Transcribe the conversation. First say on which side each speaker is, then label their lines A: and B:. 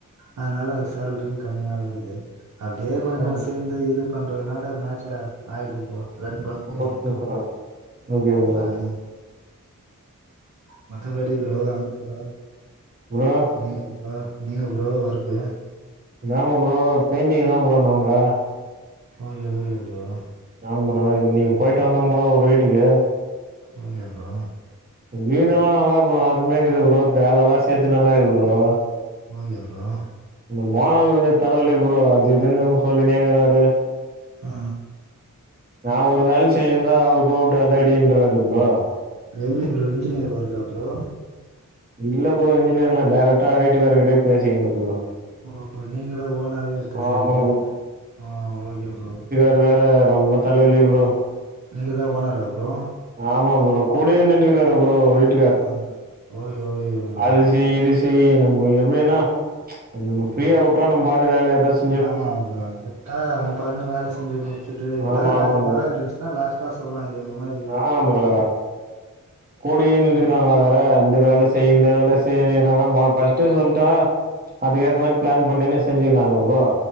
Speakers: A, on the right; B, on the right.
A: அதனால சேல்ரியும் கம்மியா வருது அப்டியே கொஞ்சசோ
B: ஆ
A: சேந்து இது பண்றதுனால மேச்சா ஆயிடுது ப்ரோ ரன் பண்ண பன்றோம்
B: ஓகே ப்ரோ ஓகே ப்ரோ
A: அது மத்தபடி ப்ரோ அங்க ப்ரோ
B: ப்ரோ
A: நீங்க ப்ரோ நீங்க ப்ரோ ஒர்க்கு
B: நாமோ ப்ரோ பெயிண்டிங் தான் ப்ரோ நமக்கு
A: ஓகே ஓகே ப்ரோ
B: நா ப்ரோ நீங்க போயிட்டு வந்தன் ப்ரோ ஒரு வீட்டுக்கு
A: போனியா ப்ரோ
B: வீடெல்லா நல்லா அருமையாகிது ப்ரோ வேலைலா சேத்து நல்லா இருக்குது ப்ரோ
A: ஓகே ப்ரோ
B: இந்த ஒனாரு கொஞ்சோ தலைவலி ப்ரோ அது இதுன்னு சொல்லினேயிருக்கிறாரு
A: ஆ
B: நா ஒரு வேல செஞ்சுனுயிருந்தா அவரு கூப்டு அத அடின்றாரு ப்ரோ
A: எப்டி ப்ரோ இன்ஜினியர் ஒர்க்கா ப்ரோ
B: இல்ல ப்ரோ இன்ஜினியர்லா டேரெக்டா வீட்டுக்காரர்கிட்டே பேசி <unintelligible> ப்ரோ
A: ஓ நீங்கள ஓனாவே எடுத்து செய்யற
B: ஆமா
A: ஆ ஓகே ப்ரோ
B: இது வேற ரொம்ப தலவலி ப்ரோ
A: நீங்கத ஓனரா ப்ரோ
B: ஆமா ப்ரோ கூடே நின்டுகிறாரு ப்ரோ விட்
A: ஆ ஓகே ஓகே ப்ரோ
B: அது செய் இது செய் நம்ம எப்டினா ந நம்ம ஃப்ரீயா விட்டா நம்ம பாட்னு வேல ஏதாச்சு
A: ஆமா ப்ரோ கா அவங்க பாட்டுண்ணு வேல செஞ்சு முடிச்சுட்டு ஏதாவது
B: ஆமா ஆமா
A: வேல குறை இருந்துச்சுன்னா லாஸ்ட் ட்டா சொல்லா இது இந்த மாறி
B: ஆ ஆ ப்ரோ கூடியே நின்டுக்கிறாங்களா வேற இந்த வேல செய் இந்த வேல செ ரிறாங்க ஃபர்ஸ்ட்டு சொல்டா அதுக்கேத்த மாறி பிளான் பண்ணிணு செஞ்சுக்கலாம்ல ப்ரோ